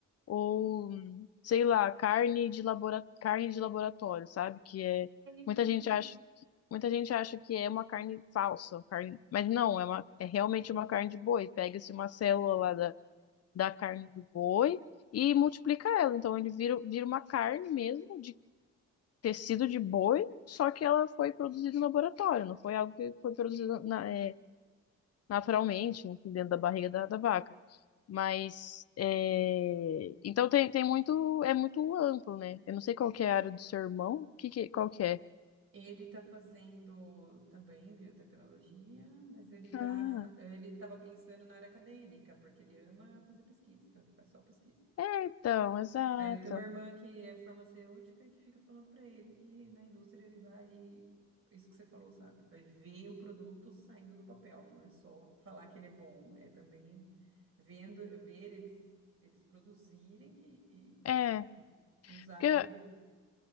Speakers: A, on the left; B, on the right.
A: ou sei lá, carne de labora... carne de laboratório, sabe? Que é
B: Sim.
A: muita
B: Uhum.
A: gente acha muita gente acha que é uma carne falsa, carne, mas não, é uma é realmente uma carne de boi. Pega-se uma célula lá da, da carne do boi e multiplica ela, então ele vira vira uma carne mesmo de tecido de boi, só que ela foi produzida no laboratório, não foi algo que foi produzido na, é, naturalmente, enfim, dentro da barriga da, da vaca. Mas é, então tem, tem muito é muito amplo, né? Eu não sei qual que é a área do seu irmão, que, que qual que é?
B: Ele está fazendo também biotecnologia, mas ele tá,
A: Ah,
B: ele estava pensando na área acadêmica, porque ele ama fazer pesquisa, então ele faz só pesquisa.
A: É, então, exato.
B: Aí eu tenho uma irmã que é farmacêutica e que fica falando para ele que na indústria ele vai, isso que você falou, sabe? Vai ver o produto saindo do papel, não é só falar que ele é bom, é também vendo, ver eles, eles produzirem e,
A: É,
B: e, e usar
A: porque
B: o produto.